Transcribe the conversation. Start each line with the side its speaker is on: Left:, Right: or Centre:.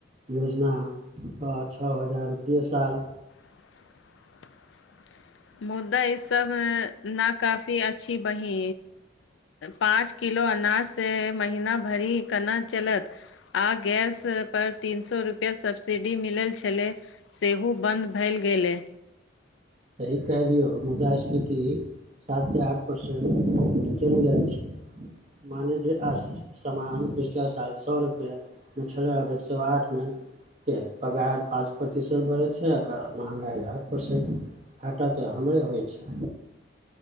Right: योजनापर छओ हजार रुपैए साल
Left: <inaudible> मुद्दा ई सब न काफी अच्छी बहि पाँच किलो अनाजसँ महीना भरि केना चलत आ गैस पर तीन सए रुपैआ सब्सिडी मिलल छलै सेहो बन्द भेल गेलै
Right: सही कहलियौ मुदा स्मृति सात से आठ परर्सेंट चल रहल छै मान जे आ सामान पिछिला साल सए रुपैआमे छड़ आब एक सए आठमे पगार पाँच प्रतिशत भरे छै महगाइ आठ परसेंट घाटा तऽ हमरे होइ छै